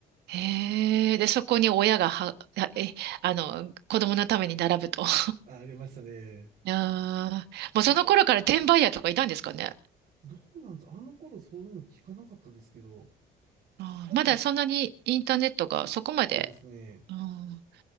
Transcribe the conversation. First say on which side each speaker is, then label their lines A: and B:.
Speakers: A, on the right (about 80°); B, on the right (about 55°).
A: へえ。で、そこに親がは、<laughs> はえ、あの、子供のために並ぶと。<laughs>
B: あ、ありましたね。
A: ああ、もうその頃から転売ヤーとかいたんですかね。
B: あと、どうなんですあの頃そういうの聞かなかったですけど、
A: あーまだそんなにインターネットがそこまで。
B: ただ、そうですね。
A: うん、